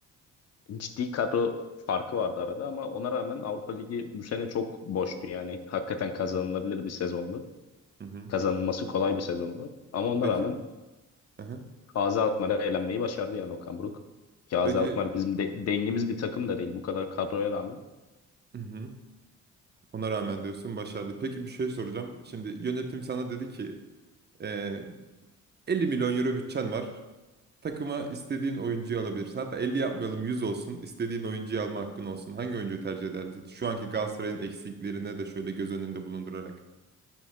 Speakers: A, on the left (about 55°); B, on the right (about 35°).
A: ciddi kadro farkı vardı arada ama ona rağmen Avrupa Ligi bu sene çok boştu yani. Hakikaten kazanılabilir bir sezondu.
B: Hı hı.
A: Kazanılması kolay bir sezondu. Ama ona
B: Peki.
A: rağmen
B: Hı hı.
A: AZ Alkmaar'a elenmeyi başardı yani Okan Buruk. Ki AZ
B: Peki.
A: Alkmaar bizim de, dengimiz bir takım da değil bu kadar kadroya rağmen.
B: Hı hı. Ona rağmen diyorsun başardı. Peki bir şey soracağım. Şimdi yönetim sana dedi ki e, 50 milyon euro bütçen var. Takıma istediğin oyuncuyu alabilirsin. Hatta 50 yapmayalım 100 olsun. İstediğin oyuncuyu alma hakkın olsun. Hangi oyuncuyu tercih ederdin? Şu anki Galatasaray'ın eksiklerine de şöyle göz önünde bulundurarak.